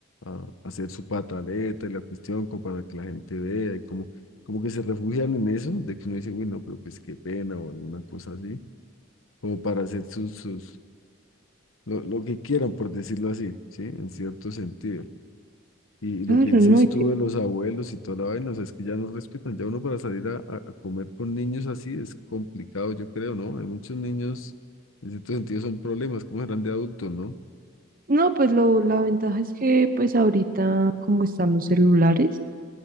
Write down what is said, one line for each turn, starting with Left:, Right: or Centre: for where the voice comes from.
Left: a hacer su pataleta y la cuestión como para que la gente vea y como, como que se refugian en eso, de que uno dice, bueno, pero pues qué pena o alguna cosa así, como para hacer sus, sus lo, lo que quieran, por decirlo así, ¿sí? En cierto sentido. Y lo
Right: claro,
Left: que dices
Right: ¿no? Y
Left: tú
Right: que-
Left: de los abuelos y toda la vaina, o sea, es que ya no respetan. Ya uno para salir a, a- a comer con niños así es complicado, yo creo, ¿no? Hay muchos niños, en cierto sentido, son problemas, como serán de adultos, ¿no?
Right: no, pues lo, la ventaja es que pues ahorita como están los celulares,